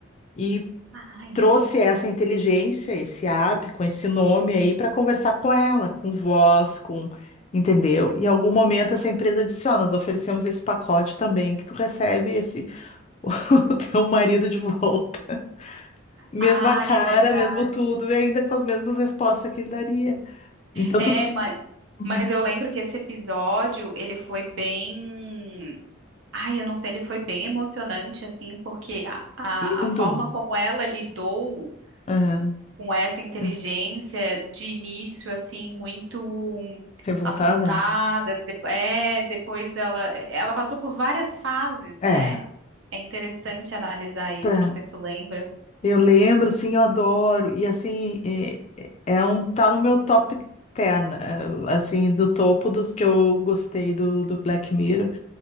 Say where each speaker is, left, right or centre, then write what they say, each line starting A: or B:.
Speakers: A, on the left; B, on the right.
A: E
B: Ai,
A: trouxe
B: é isso
A: essa
B: mesmo.
A: inteligência, esse app com esse nome aí para conversar com ela, com voz, com. Entendeu? Em algum momento essa empresa disse: Ó, nós oferecemos esse pacote também, que tu recebe esse <laughs> o teu marido de volta. Mesma
B: Ai,
A: cara,
B: é verdade.
A: mesmo tudo, e ainda com as mesmas respostas que ele daria. Então,
B: É,
A: tudo. se-
B: mas,
A: Uhum.
B: mas eu lembro que esse episódio, ele foi bem. Ai, eu não sei, ele foi bem emocionante, assim, porque a, a,
A: Lindo.
B: a forma como ela lidou
A: Aham.
B: com essa inteligência
A: Ah,
B: de início, assim, muito
A: Revoltada,
B: assustada.
A: né?
B: de- É, depois ela, ela passou por várias fases,
A: É.
B: né?
A: É.
B: É interessante analisar isso,
A: Pra...
B: eu não sei se tu lembra.
A: Eu lembro, sim, eu adoro. E assim, é, é é um. Tá no meu top 10, eh, assim, do topo dos que eu gostei do, do Black Mirror,